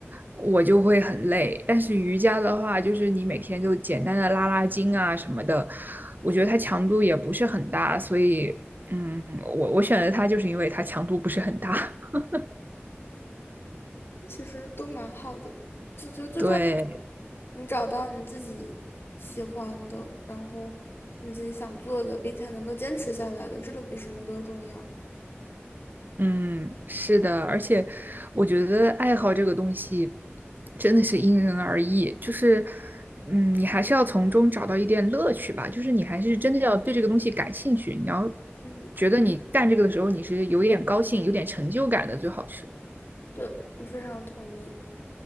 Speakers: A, on the right; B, on the left.
A: 我就会很累。但是瑜伽的话，就是你每天就简单的拉拉筋啊什么的，我觉得它强度也不是很大，所以嗯，我我选择它就是因为它强度不是很大。<laughs>
B: 其实都蛮好的，就觉得最重。
A: 对，
B: 要。你找到你自己喜欢的，然后你自己想做的，并且能够坚持下来的，这个比什么都重要。
A: 嗯，是的，而且我觉得爱好这个东西真的是因人而异，就是，嗯，你还是要从中找到一点乐趣吧，就是你还是真的要对这个东西感兴趣，你要
B: 嗯，
A: 觉得你干这个的时候你是有点高兴、有点成就感的，最好是。
B: 对，我非常同意。